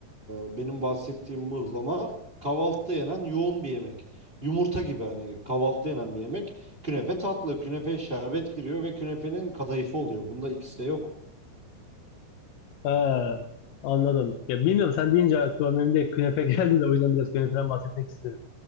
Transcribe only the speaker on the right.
benim bahsettiğim mıhlama kahvaltıda yenen yoğun bir yemek. Yumurta gibi hani kahvaltıda yenen bir yemek. Künefe tatlı, künefeye şerbet giriyor ve künefenin kadayıfı oluyor. Bunda ikisi de yok.